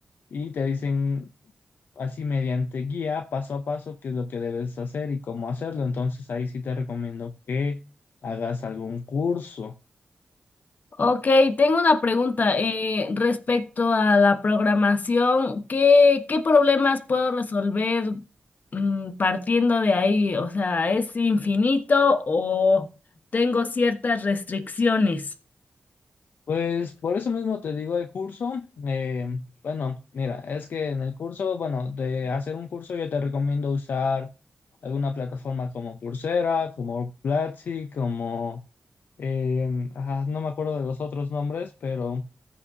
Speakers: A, on the left; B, on the left.
A: y te dicen así mediante guía, paso a paso, qué es lo que debes hacer y cómo hacerlo. Entonces ahí sí te recomiendo que hagas algún curso.
B: Ok, tengo una pregunta eh, respecto a la programación. ¿Qué, qué problemas puedo resolver mm, partiendo de ahí? O sea, ¿es infinito o tengo ciertas restricciones?
A: Pues por eso mismo te digo el curso. eh, bueno, mira, es que en el curso, bueno, de hacer un curso yo te recomiendo usar alguna plataforma como Coursera, como Platzi, como, em, ajá, no me acuerdo de los otros nombres, pero